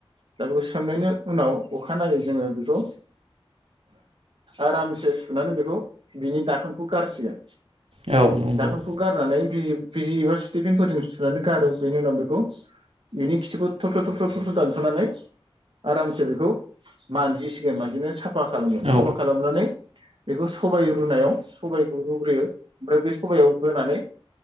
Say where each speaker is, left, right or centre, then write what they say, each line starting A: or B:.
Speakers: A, on the right (about 60°); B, on the right (about 80°).
A: दा बेखौ सोमनायनि उनाव अखानायनायै जोङो बे खौ आरामसे सुनानै बेखौ बिनि दाखोनखौ गारसिगोन।
B: औ नंगौ
A: दाखोनखौ गारनानै बिजि बिजि एबा सिटिफनफोरजों सुनानै गारो। बेनि उनाव बेखौ बेनि खिथुखौ थबस्र' थबस्र' थबस्र' दानसनानै आरामसे बेखौ मानजि सिगोन मानजिनानै साफ फा खालामो,
B: औ
A: साफा खालामनानै बेखौ सबाय रुनायाव सबायखौ रुग्रोयो ओमफ्राय बे सबयाव होनानै